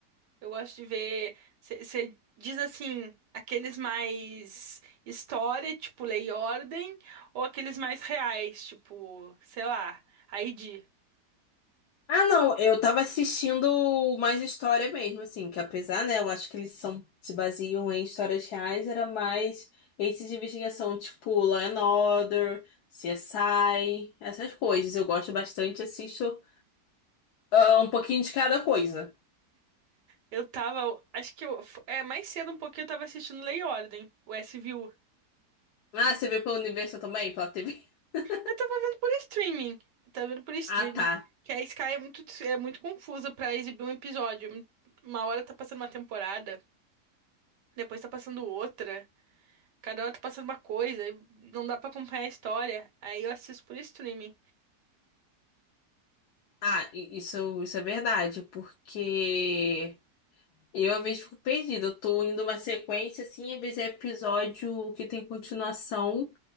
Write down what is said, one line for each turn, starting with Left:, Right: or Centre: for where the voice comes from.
Right: Eu gosto de ver. Você diz assim, aqueles mais história, tipo Lei e Ordem, ou aqueles mais reais, tipo, sei lá, ID.
Left: Ah, não, eu tava assistindo mais história mesmo, assim, que apesar, né, eu acho que eles são, se baseiam em histórias reais, era mais esses de investigação, tipo Law and Order, CSI, essas coisas. Eu gosto bastante, assisto ah, um pouquinho de cada coisa.
Right: Eu tava, acho que eu, é, mais cedo um pouquinho eu tava assistindo Lei e Ordem, o SVU.
Left: Ah, você veio pelo universo também? Pela TV? <laughs>
Right: Eu tava vendo por streaming, eu tava vendo por streaming,
Left: Ah, tá.
Right: que a Sky é muito, é muito confusa pra exibir um episódio. Uma hora tá passando uma temporada, depois tá passando outra. Cada hora tá passando uma coisa, e não dá pra acompanhar a história. Aí eu assisto por streaming.
Left: Ah, i- isso, isso é verdade, porque eu às vezes fico perdida. Eu tô indo uma sequência assim, às vezes é episódio que tem continuação,